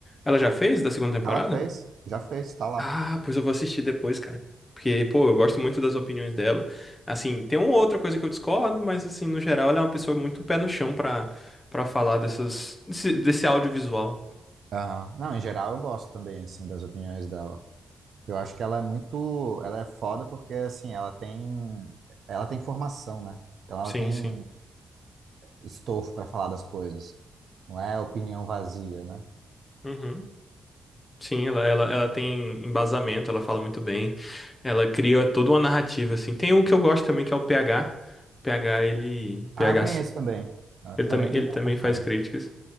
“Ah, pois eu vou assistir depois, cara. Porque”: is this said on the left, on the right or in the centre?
Left